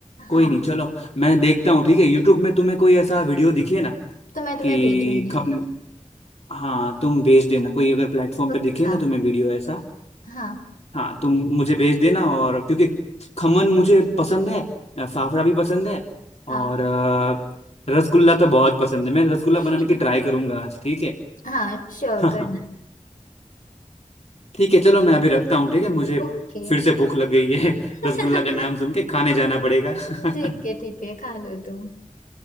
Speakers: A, on the left; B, on the left.
A: हाँ
B: कोई नहीं चलो मैं देखता हूँ ठीक है यूट्यूब में तुम्हें कोई ऐसा वीडियो दिखे ना
A: तो मैं तुम्हें
B: कि
A: भेजूंगी
B: खम
A: हाँ
B: हाँ तुम भेज देना कोई अगर प्लेटफॉर्म
A: पक्का
B: पे दिखे ना तुम्हें वीडियो ऐसा
A: हाँ
B: हाँ तुम मुझे भेज देना और क्योंकि खमन मुझे पसंद है अ, फाफड़ा भी पसंद है
A: हाँ
B: और अ, रसगुल्ला तो बहुत पसंद है मैं रसगुल्ला
A: <laughs>
B: बनाने की ट्राई करूंगा आज ठीक है
A: हाँ श्योर
B: हाँ
A: करना
B: हाँ ठीक है चलो मैं अभी रखता हूँ ठीक है मुझे
A: ओके
B: फिर से भूख लग गई है <laughs>
A: <laughs>
B: रसगुल्ला का नाम सुन के खाने जाना पड़ेगा <laughs>
A: ठीक है ठीक है खा लो तुम